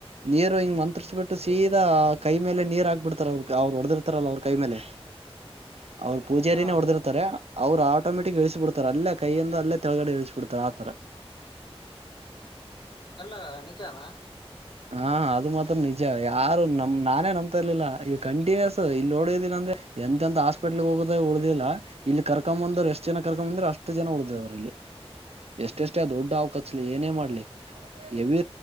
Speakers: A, on the right (about 75°); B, on the left (about 50°).
A: ನೀರು ಹಿಂಗ ಮಂತ್ರಸ ಬಿಟ್ಟು ಸೀ ದಾ ಕೈ ಮೇಲೆ ನೀರ್ ಹಾಕ್ಬಿಡ್ತಾರ ಅವ್ರ ಅವ್ರು ಹೊಡೆದಿರ್ತಾರಲ್ಲ ಅವ್ರ ಕೈ ಮೇಲೆ. ಅವ್ರ ಪೂಜಾರಿನೇ
B: ಹಾ
A: ಹೊಡದಿರ್ತಾರ. ಅವ್ರು ಆಟೋಮೆಟಿಕ್ ಇಳಿಸಿಬಿಡ್ತಾರ ಅಲ್ಲೇ ಕೈಯಿಂದ ಅಲ್ಲೇ ತಳಗಡೆ ಇಳಿಸಿಬಿಡ್ತಾರ ಆತರ.
B: ಅಲ್ಲ ನಿಜಾನ.
A: ಹಾ ಅದು ಮಾತ್ರ ನಿಜ. ಯಾರು ನಮ್ ನಾನೇ ನಂಬ್ತ ಇರ್ಲಿಲ್ಲ ಈಗ ಕಂಟಿನ್ಯೂಸ್ ಇಲ್ಲಿೋಡಿದ್ದೀಲ್ಲ ಅಂದ್ರೆ ಎಂತ ಎಂತ ಹಾಸ್ಪಿಟ್ಲ್ಗ್ ಹೋಗುದ ಹುಳದಿಲ್ಲ ಇಲ್ಲಿ ಕರ್ಕೊ್ ಬಂದ್ರರು ಎಷ್ಟ್ ಜನ ಕರ್ಕೊ್ ಬಂದ್ರೆ ಅಷ್ಟ್ ಜನ ಉಡ್ದ ಅದ್ರ ಇಲ್ಲಿ. ಎಷ್ಟೆಷ್ಟೇ ದೊಡ್ಡ ಹಾವ ಕಕ್ಚ್ಲಿ ಏನೇ ಮಾಡ್ಲಿ ಯವಿ